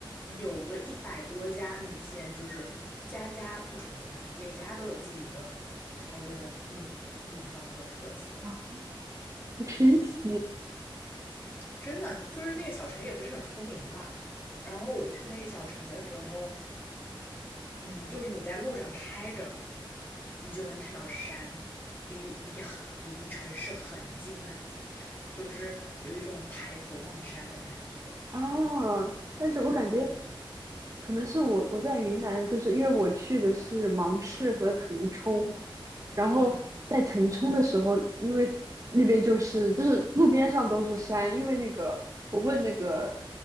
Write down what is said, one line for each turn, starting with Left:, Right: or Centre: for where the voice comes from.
Left: 有个一百多家米线，就是家家不重样，每家都有自己的调味的秘秘方和特色。
Right: 啊，好神奇
Left: 真的，就是那个小城也不是很出名吧。然后我去那个小城的时候，嗯，就是你在路上开着，你就能看到山，离离很离城市很近很近，就是有一种抬头望山的感觉。
Right: 啊！但是我感觉
Left: 嗯
Right: 可能是我我在云南，就是因为我去的是芒市和腾冲，
Left: 嗯
Right: 然后在腾冲的时候，
Left: 嗯
Right: 因为那边就是就是路边上都是山，因为那个我问那个